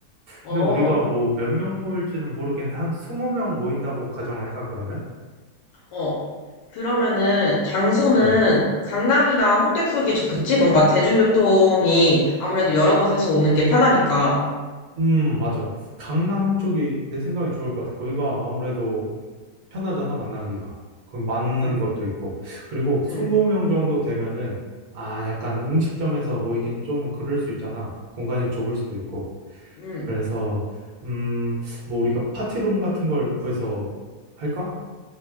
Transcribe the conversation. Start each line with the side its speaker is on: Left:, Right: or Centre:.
Left: 어,
Right: 근데 우리가 뭐 몇 명 모일지는 모르겠는데 한 20명 모인다고 가정할까, 그러면?
Left: 어. 그러면은 장소는
Right: 음.
Left: 강남이나 홍대 쪽이 좋겠지? 뭔가 대중교통이 아무래도 여러 곳에서 오는 게 편하니까.
Right: 음, 맞아. 강남 쪽이 내 생각이 좋을 것 같아. 거기가 아무래도 편하잖아, 만나기가. 그럼 맞는
Left: 응,
Right: 것도 있고. 그리고
Left: 응,
Right: 20명 정도 되면은 아, 약간 음식점에서 모이긴 좀 그럴 수 있잖아. 공간이 좁을 수도 있고.
Left: 응.
Right: 그래서 음, 뭐 우리가 파티룸 같은 걸 구해서 할까?